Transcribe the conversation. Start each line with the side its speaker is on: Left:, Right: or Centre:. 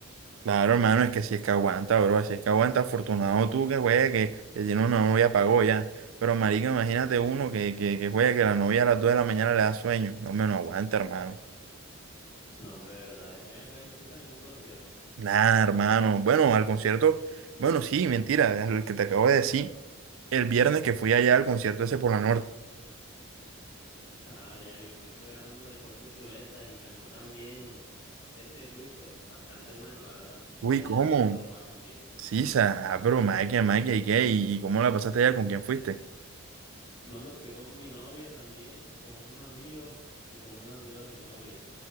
Right: Claro, hermano, es que si es que aguanta, bro, si es que aguanta, afortunado tú que juegue, que, que tiene una novia pagó ya. Pero marica, imagínate uno que, que, que juegue, que la novia a las 2 de la mañana le da sueño. No, me no aguanta, hermano.
Left: No, hombre, de verdad. eh. Ven acá y no fuiste a ningún concierto.
Right: Nada, hermano. Bueno, al concierto, bueno, sí, mentira, el que te acabo de decir, el viernes que fui allá al concierto ese por la norte.
Left: Ah, ya, yo fui, fue a uno de Poncho Zuleta y cantó también este Twister, bastante bueno, la verdad,
Right: Uy,
Left: allá
Right: ¿cómo?
Left: en Santo Tomás también.
Right: Sí, sa, ah, pero maquia, maquia, ¿y qué? ¿Y, y cómo la pasaste allá? ¿Con quién fuiste?
Left: No, me fui con mi novia también, con unos amigos y con unos amigos de mi novia.